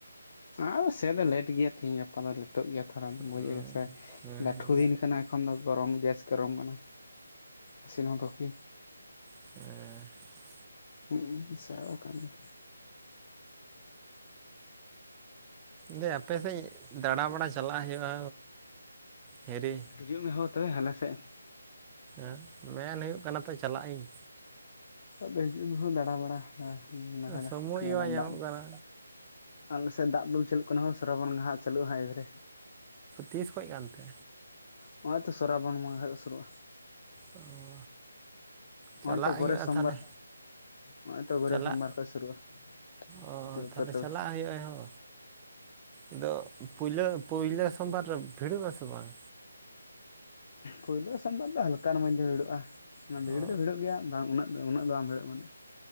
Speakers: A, on the left; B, on the right.
A: ᱟᱫᱚ ᱥᱮ ᱫᱚ ᱞᱮᱴ ᱜᱮᱭᱟ ᱛᱮᱦᱮᱧ ᱜᱟᱯᱟ ᱫᱚ ᱞᱮᱴᱚᱜ ᱜᱮᱭᱟ ᱛᱚ ᱛᱷᱚᱲᱟ
B: ᱦᱮᱸ
A: ᱵᱩᱭ ᱟᱭᱩ ᱥᱮ ᱞᱟᱹᱴᱷᱩ
B: ᱦᱮᱸ
A: ᱫᱤᱱ ᱠᱟᱱᱟ᱾ ᱮᱚᱠᱷᱚᱱ ᱫᱚ ᱜᱚᱨᱚᱢ ᱜᱮᱥ ᱜᱚᱨᱚᱢ ᱠᱟᱱᱟ ᱤᱥᱤᱱ ᱦᱚᱫᱚᱜᱼᱟ ᱠᱤ?
B: ᱮᱸ
A: ᱦᱩᱸ ᱥᱟᱲ ᱟᱠᱟᱱ ᱜᱮ
B: ᱫᱤᱭᱮ ᱟᱯᱮᱥᱮᱫ ᱫᱟᱬᱟᱵᱟᱲᱟ ᱪᱟᱞᱟᱜ ᱦᱩᱭᱩᱜᱼᱟ ᱦᱤᱨᱤ
A: ᱦᱤᱡᱩᱜ ᱢᱮ ᱦᱳ ᱛᱚᱵᱮ ᱦᱟᱞᱮ ᱥᱮᱜ᱾
B: ᱟᱸ ᱢᱮᱱ ᱦᱩᱭᱩᱜ ᱠᱟᱱᱟ ᱛᱚ ᱪᱟᱞᱟᱜ ᱤᱧ᱾
A: ᱟᱫᱚ ᱦᱤᱡᱩᱜ ᱢᱮ ᱦᱳ ᱫᱟᱬᱟ ᱵᱟᱟᱲ ᱱᱟᱦ ᱱᱟᱠᱟᱫᱟ
B: ᱥᱚᱢᱚᱭ
A: ᱧᱮᱞᱟᱢ
B: ᱜᱮ ᱵᱟᱭ ᱧᱟᱢᱚᱜ
A: ᱫᱟᱜ ᱫᱚ᱾
B: ᱠᱟᱱᱟ
A: ᱟᱞᱮ ᱥᱮᱫ ᱫᱟᱜ ᱫᱩᱞ ᱪᱟᱹᱞᱩᱜ ᱠᱟᱱᱟ ᱦᱳ ᱥᱨᱟᱵᱚᱱ ᱜᱮ ᱦᱟᱸᱜ ᱪᱟ. ᱞᱩᱜᱼᱟ ᱦᱟᱸᱜ ᱮᱵᱟᱨᱮ᱾
B: ᱛᱤᱥ ᱠᱷᱚᱡ ᱠᱟᱱᱛᱮ?
A: ᱱᱚᱜᱼᱚᱭ ᱛᱚ ᱥᱚᱨᱟᱵᱚᱱ ᱵᱚᱸᱜᱟ ᱠᱷᱟᱡ ᱜᱮ ᱥᱩᱨᱩᱜᱼᱟ᱾
B: ᱚ <unintelligible>
A: ᱱᱚᱜᱼᱚᱭ
B: ᱪᱟᱞᱟᱜ
A: ᱛᱚ
B: ᱦᱩᱭᱩᱜᱼᱟ
A: ᱜᱳᱨᱮ ᱥᱳᱢᱵᱟᱨ
B: ᱛᱟᱦᱞᱮ᱾
A: ᱱᱚᱜᱼᱚᱭ ᱛᱚ ᱜᱳᱨᱮ
B: ᱪᱟᱞᱟᱜ
A: ᱥᱳᱢᱵᱟᱨ ᱠᱷᱚᱡ ᱥᱩᱨᱩᱜᱼᱟ
B: ᱚ
A: ᱦᱤᱡᱩᱜ
B: ᱛᱟᱦᱞᱮ
A: ᱯᱮ ᱛᱚᱵᱮ
B: ᱪᱟᱞᱟᱜ ᱦᱩᱭᱩᱜᱼᱟ ᱦᱳ᱾ ᱟᱫᱚ ᱯᱳᱭᱞᱳ ᱯᱳᱭᱞᱳ ᱥᱳᱢ ᱵᱟᱨ ᱨᱮ ᱵᱷᱤᱲᱚᱜᱼᱟ ᱥᱮ ᱵᱟᱝ?
A: ᱯᱳᱭᱞᱳ ᱥᱟᱢ ᱵᱟᱨ ᱫᱚ ᱦᱟᱞᱠᱟᱨ ᱢᱳᱫᱫᱷᱮ ᱵᱷᱤᱲᱚᱜᱼᱟ ᱚᱱᱟ ᱵᱷᱤᱲ
B: ᱚ
A: ᱫᱚ ᱵᱷᱤᱲᱚᱜ ᱜᱮᱭᱟ ᱵᱟᱝ ᱩᱱᱟᱹᱜ ᱫᱚ ᱩᱱᱟᱹᱜ ᱫᱚ ᱵᱟᱝ ᱵᱷᱤᱲᱚᱜ ᱢᱟᱱᱮ